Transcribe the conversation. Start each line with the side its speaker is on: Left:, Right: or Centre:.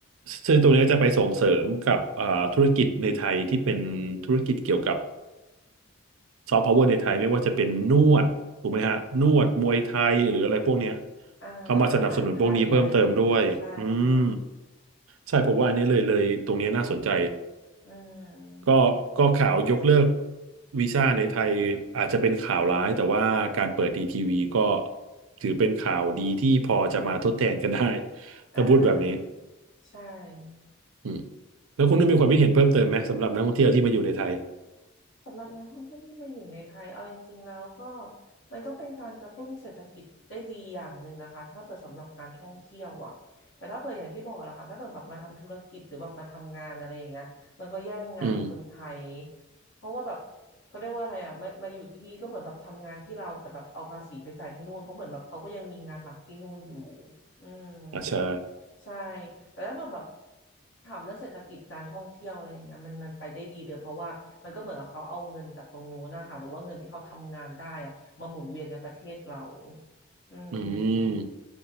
Right: ซึ่งตรงนี้จะไปส่งเสริมกับอ่าธุรกิจในไทยที่เป็นธุรกิจเกี่ยวกับซอฟต์พาวเวอร์ในไทยไม่ว่าจะเป็นนวดถูกไหมฮะนวดมวยไทยหรืออะไรพวกเนี้ย
Left: อ่าอาหารไทยอะไรอย่างเงี้ยใช่ค่ะ
Right: เขามาสนับสนุนพวกนี้เพิ่มเติมด้วยอืมใช่ผมว่าอันเนี้ยเลยเลยตรงเนี้ยน่าสนใจ
Left: อืม
Right: ก็ก็ข่าวยกเลิกวีซ่าในไทยอาจจะเป็นข่าวร้ายแต่ว่าการเปิดดีทีวีก็ถือเป็นข่าวดีที่พอจะมาทดแทนกันได้ <laughs>
Left: อ่า
Right: ถ้าพูดแบบนี้
Left: ใช่
Right: อืมแล้วคุณได้มีความคิดเห็นเพิ่มเติมไหมสำหรับนักท่องเที่ยวที่มาอยู่ในไทย
Left: สำหรับนักท่องเที่ยวที่มาอยู่ในไทยเอาจริงๆแล้วก็มันก็เป็นการกระตุ้นเศรษฐกิจได้ดีอย่างหนึ่งนะคะถ้าเปิดสำหรับการท่องเที่ยวอ่ะแต่ถ้าเปิดอย่างที่บอกนะคะถ้าเปิดแบบมาทำธุรกิจหรือแบบมาทำงานอะไรอย่างเงี้ยมันก็แย่งงานคนไทย
Right: อืม
Left: เพราะว่าแบบเขาเรียกว่าอะไรอ่ะมามาอยู่ที่นี่ก็เหมือนแบบทำงานที่เราแต่แบบเอาภาษีไปจ่ายที่นู่นเพราะเหมือนแบบเขาก็ยังมีงานหลักที่นู่นอยู่อืม
Right: อ่าใช่
Left: ใช่แต่ถ้าเกิดแบบถามเรื่องเศรษฐกิจการท่องเที่ยวอะไรอย่างเงี้ยมันมันไปได้ดีเลยเพราะว่ามันก็เหมือนกับเขาเอาเงินจากตรงนู้นนะคะหรือว่าเงินที่เขาทำงานได้อะมาหมุนเวียนในประเทศเราอืม
Right: อืม